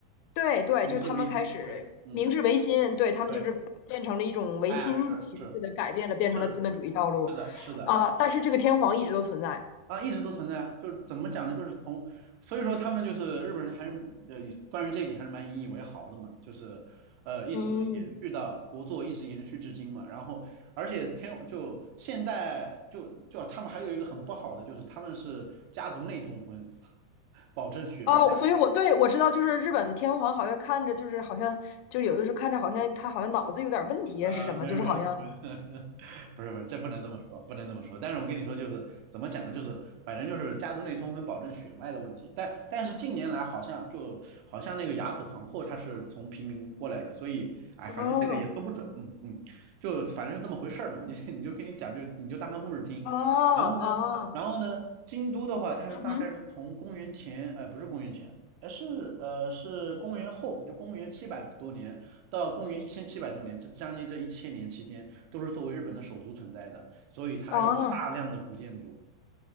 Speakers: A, on the left; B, on the right.
A: 对对，
B: 明治维新，
A: 就是他们开始明治维新，
B: 对，嗯。
A: 对他们就是变成了一种维新形式的改变了，
B: 对。哎是是
A: 变成了资本主义道路
B: 是是的，是的，
A: 啊、但是这个天皇一直都存在，
B: 啊，一直都存在啊，就是怎么讲呢？就是从，所以说他们就是日本人还是呃，关于这一点还是蛮引以为豪的嘛，就是呃，一直延续到国作一直延续至今嘛。
A: 嗯。
B: 然后，而且天就现代就就他们还有一个很不好的就是他们是家族内通婚，<laughs> 保证血脉。
A: 哦，所以我对我知道，就是日本天皇好像看着就是好像就有的时候看着好像他好像脑子有点问题啊是什么，
B: 啊，没有没有没有，
A: 就是好像
B: <laughs> 不是不是，这不能这么说，不能这么说。但是我跟你说，就是怎么讲呢？就是反正就是家族内通婚保证血脉的问题。但但是近年来好像就好像那个雅子皇后她是从平民过来的，所以哎，反正这个也说不准，
A: 哦
B: 嗯嗯，就反正是这么回事儿嘛。我就 <laughs> 你就跟你讲，就你就当个故事听。
A: 哦哦
B: 然后呢，然后呢，京都的话，它是大概是从公元前，
A: 嗯哼，
B: 哎，不是公元前，哎是呃是公元后，就公元七百多年。到公元一千七百多年，这将近这一千年期间，都是作为日本的首都存在的，所以它还有大量的古建筑。
A: 哦